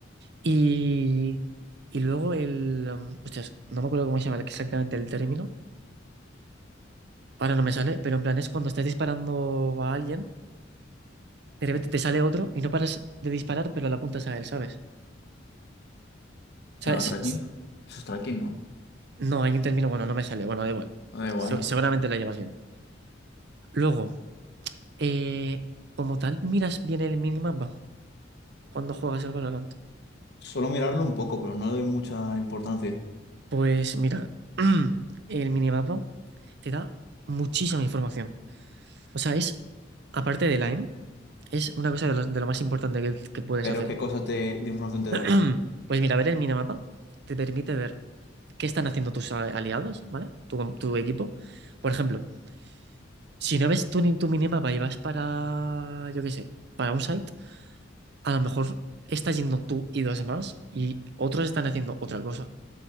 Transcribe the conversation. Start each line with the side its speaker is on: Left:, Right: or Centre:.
Right: Y, y luego el... um, Hostias, no me acuerdo cómo se llama exactamente el término. Ahora no me sale, pero en plan es cuando estás disparando a alguien, de repente te sale otro y no paras de disparar, pero la apuntas a él, ¿sabes? O
Left: ¿Se
Right: sea,
Left: llama
Right: es-
Left: tracking?
Right: es-
Left: Eso es tracking, ¿no?
Right: no, hay un término, bueno, no me sale, bueno, da igual.
Left: Da igual.
Right: Se- seguramente lo llevas bien. Luego, eh, como tal, miras bien el minimapa cuando juegas el Valorant.
Left: Solo mirarlo un poco, pero no le doy mucha importancia.
Right: Pues mira, <clears throat> el minimapa te da muchísima información. O sea, es, aparte del aim. Es una cosa de lo, de lo más importante que, que puedes
Left: Pero
Right: hacer.
Left: ¿qué cosa te, de información te
Right: <clears throat>
Left: da?
Right: Pues mira, ver el minimapa te permite ver qué están haciendo tus a- aliados, ¿vale? Tu, tu equipo. Por ejemplo, si no ves tu, ni- tu minimapa y vas para, yo qué sé, para un site, a lo mejor estás yendo tú y dos más y otros están haciendo otra cosa.